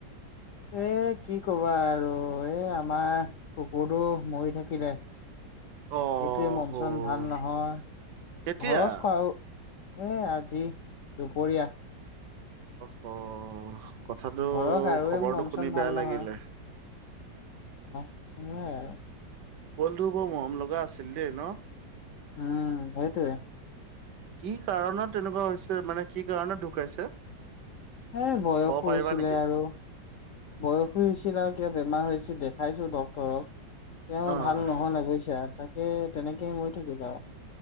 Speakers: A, on the left (about 70°); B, on the right (about 70°).
A: এ কি কবা আৰু এ আমাৰ কুকুৰটো মৰি থাকিলে। সেইটোৱে
B: অ'
A: মন
B: হ'ল
A: চন ভাল নহয়
B: কেতিয়া?
A: ঘৰচ খোৱা এ আজি দুপৰীয়া
B: অ হ কথাটো
A: ঘৰৰ কাৰোৱে
B: খবৰটো
A: মন
B: শুনি
A: চন ভাল
B: বেয়া
A: নহয়
B: লাগিলে
A: সেইয়াই আৰু
B: পোৱালিটো বৰ মৰম লগা আছিল দেই ন,
A: উম সেইটোৱে।
B: কি কাৰণত তেনেকুৱা হৈছে মানে কি কাৰণত ঢুকাইছে?
A: এ বয়সো
B: ক'ব
A: হৈছিলে
B: পাৰিবা নেকি?
A: আৰু বয়সো হৈছিল আৰু কিবা বেমাৰ হৈছিল। দেখাইছো ড্ক্তৰক তেওঁ
B: অ'
A: ভাল নহলে বুইছা তাক এ তেনেকেই মই থাকি